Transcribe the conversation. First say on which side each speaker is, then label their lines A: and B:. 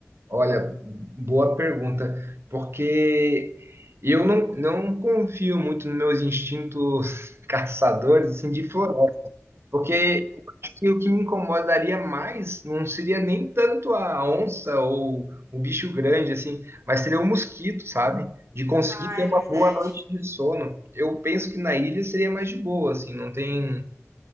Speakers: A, on the right; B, on the right.
A: Olha, boa pergunta, porque eu não, não confio muito nos meus instintos <laughs> caçadores assim, de floresta, porque eu acho que o que me incomodaria mais não seria nem tanto a onça ou o bicho grande, assim, mas seria o mosquito, sabe? De conseguir
B: Ah,
A: ter
B: é
A: uma
B: verdade.
A: boa noite de sono. Eu penso que na ilha seria mais de boa, assim, não tem.